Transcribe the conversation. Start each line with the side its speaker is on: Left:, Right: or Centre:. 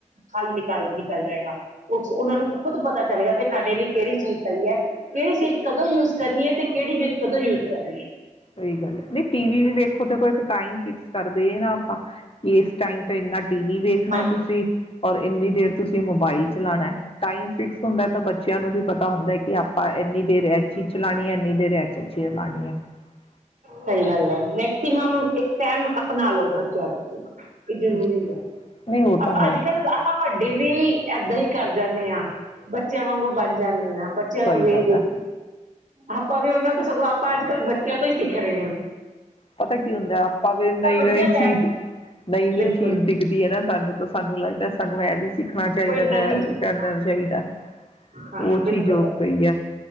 Right: ਹੱਲ ਨਿਕ ਗੱਲ ਨਿਕਲ ਜਾਏਗਾ। ਉਹ ਉਹਨਾਂ ਨੂੰ ਖੁਦ ਪਤਾ ਚੱਲ ਗਿਆ ਕਿ ਸਾਡੇ ਲਈ ਕਿਹੜੀ ਚੀਜ਼ ਸਈ ਐ, ਕਿਹੜੀ ਚੀਜ਼ ਕਦੋਂ ਯੂਜ਼ ਕਰਨੀ ਹੈ ਤੇ ਕਿਹੜੀ ਚੀਜ਼ ਕਦੋਂ ਯੂਜ਼ ਕਰਨੀ ਹੈ
Left: ਸਈ ਗੱਲ ਐ। ਨਈ ਟੀ ਵੀ ਵੀ ਵੇਖੋ ਤੇ ਕੋਈ ਇੱਕ ਟਾਈਮ ਫਿਕਸ ਕਰਦੇ ਨਾ ਆਪਾਂ। ਕਿ ਇਸ ਟਾਈਮ ਤੇ ਇੰਨਾ ਟੀ ਵੀ ਵੇਖਨਾ
Right: ਹਾਂਜੀ
Left: ਏ ਤੁਸੀਂ ਔਰ ਇੰਨੀ ਦੇਰ ਤੁਸੀਂ ਮੋਬਾਈਲ। ਚਲਾਣਾ ਟਾਈਮ ਫਿਕਸ ਹੁੰਦਾ ਤਾਂ ਬੱਚਿਆਂ ਨੂੰ ਵੀ ਪਤਾ ਹੁੰਦਾ ਕਿ ਆਪਾਂ ਇੰਨੀ ਦੇਰ ਰਹਿ। ਸੀ ਚਲਾਣੀ ਐਨੀ ਦੇਰਹਿਆਂ ਚ। <unintelligible>
Right: ਸਹੀ ਗੱਲ ਏ। ਮੈਕਸੀਮਮ ਇੱਕ ਟਾਈਮ ਅ ਪਣਾ ਲਓ ਬੱਚਿਆਂ ਤੁਸੀਂ। ਏ ਜ਼ਰੂਰੀ
Left: ਨਹੀਂ
Right: ਐ।
Left: ਉਹ
Right: ਅਪ
Left: ਤਾਂ ਹੈ।
Right: ਅੱਜ ਕੱਲ ਆਪਾਂ ਵੱਡੀ ਵੀ ਇਦਾ ਹੀ ਕਰ ਜਾਂਨੇ ਆ ਬੱਚਿਆਂ ਵਾਂਗੂ ਬਨ ਜਾਂਦੇ ਆ। ਬੱਚਿਆਂ
Left: ਸਹੀ
Right: ਨੂੰ ਵੇਖ
Left: ਗੱਲ
Right: ਦੇਖ।
Left: ਹੈ
Right: ਆਪਾਂ ਵੀ ਉਹਨਾਂ ਤੋਂ ਸਗੋਂ ਆਪਾਂ ਅੱਜ ਕੱਲ੍ਹ ਬੱਚਿਆਂ ਤੋਂ ਸਿੱਖ ਰਹੇ ਆਂ।
Left: ਪਤਾ ਕੀ ਹੁੰਦਾ ਆਪਾਂ ਵੀ ਨਈ
Right: ਵਧੀਆ
Left: ਨਈ
Right: ਟਾਈਮ
Left: ਚੀਜ਼
Right: ਸੀ
Left: ਨਈ ਨੀ
Right: ਬਿਲਕੁਲ
Left: ਚੀਜ਼ ਦਿਖਦੀ ਏ ਨਾ ਸਾਨੂੰ ਤਾਂ ਸਾਨੂੰ ਲੱਗਦਾ। ਸਾਨੂੰ ਇਹ ਵੀ ਸਿੱਖਨਾ ਚਾਹੀਦਾ
Right: ਕੋਈ ਨਵੀਂ
Left: ਤਾਂ ਇਹ
Right: ਚੀਜ਼
Left: ਵੀ ਕਰਨਾ ਚਾਹੀਦਾ।
Right: ਹਾਂ
Left: ਉਹ
Right: ਬਿਲਕੁਲ
Left: ਚੀਜ਼ ਹੋ
Right: ਹੈ।
Left: ਪਈ ਏ।